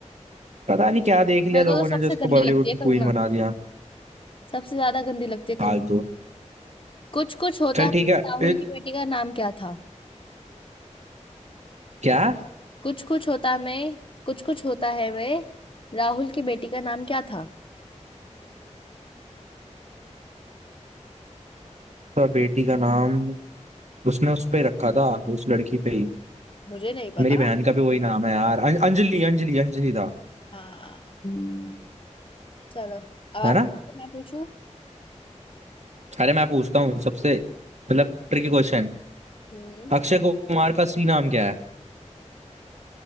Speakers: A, on the right; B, on the left.
A: पता नहीं क्या देख लिया
B: मेरे
A: लोगों
B: को तो सबसे
A: ने जो उसको
B: गंदी
A: बॉलीवुड
B: लगती है
A: की क्वीन
B: कंगना
A: बना दिया
B: सबसे ज्यादा गंदी लगती है
A: फालतू
B: कंगना कुछ कुछ होता
A: चल
B: है
A: ठीक है
B: राहुल
A: एक
B: की बेटी का नाम क्या था
A: क्या
B: कुछ कुछ होता मैं कुछ कुछ होता है वे राहुल की बेटी का नाम क्या था
A: तो बेटी का नाम उसने उस पे रखा था उस लड़की पे ही
B: मुझे नहीं पता
A: मेरी बहन का भी वही नाम है यार अं, अंजलि अंजलि अंजलि था
B: हाँ हम्म, चलो अब आप
A: है ना
B: मैं पूछू
A: अरे मैं पूछता हूँ सबसे मतलब ट्रिकी क्वेश्चन
B: हम्म
A: अक्षय कुमार का असली नाम क्या है